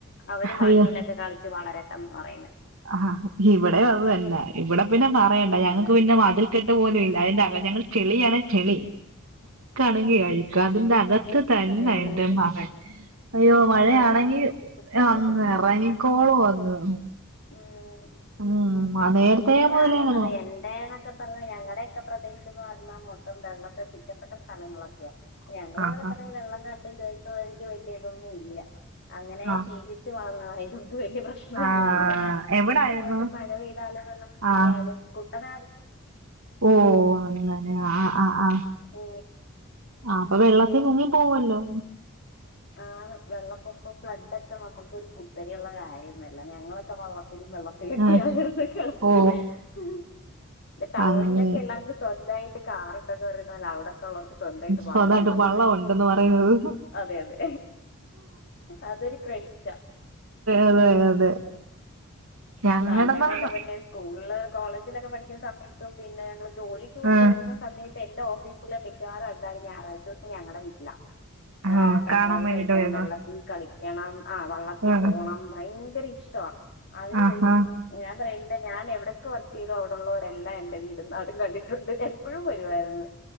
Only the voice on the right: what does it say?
അയ്യോ
ആഹ് ഇവിടെയും അത് തന്നെ ഇവിടെ പിന്നെ പറയണ്ട ഞങ്ങൾക്ക്
പിന്നെ മതിൽക്കെട്ട് പോലും ഇല്ല അതിന്റെ അക ഞങ്ങൾ ചെളിയാണ് ചെളി ണങ്കി കഴിക്കും അതിന്റെ അകത്ത് തന്നെ
എൻറെ മകൻ അയ്യോ മഴയാണെങ്കി
അങ്ങ്
ഇറങ്ങിക്കോളോ അങ്ങ്
ഉം <unintelligible>
അങ്ങനാ
ആഹാ
ആ
ആ
എവിടായിരുന്നു
ആ
ഓ അങ്ങനെ ആ ആ് ആഹ
ആ് അപ്പൊ വെള്ളത്തിൽ മുങ്ങി പോവല്ലോ
ആ ഓ
അങ്ങനെ
സ്വന്തായിട്ട്
വള്ളം
ഉണ്ടെന്ന് പറയുന്നത്
അതെ അതെ ഞങ്ങടെന്നന്ന
ആ
ആ
കാണാൻ വേണ്ടിട്ട്
വരുന്നു
ആ
ആഹാ